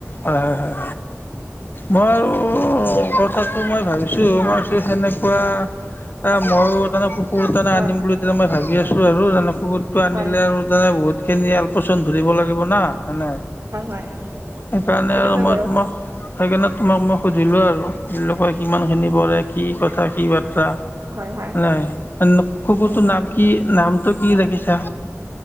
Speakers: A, on the left; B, on the right.
A: হয়, হয় মই কথাটো মই ভাবিছোঁ আমাৰ সেনেকুৱা এ মইয়ো তানে কুকুৰ তানে
B: হয়
A: আনিম
B: হয়
A: বুলি তেতিয়া মই ভাবি আছো আৰু তানে কুকুৰটো আনিলে
B: হয়
A: আৰু বহুতখিনি আলপেচান ধৰিব লাগিব ন এনে সেইকাৰণে
B: হয় হয় সেইটো
A: আৰু
B: হয়
A: মই
B: বাৰু
A: তোমাক সেইকাৰণে তোমাক মই সুধিলোঁ আৰু এই লোকে কিমানখিনি পৰে কি কথা কি বাৰ্তা
B: হয় হয়
A: নাই কুকুৰটোৰ
B: হয় হয়
A: নাম কি নামটো কি ৰাখিছা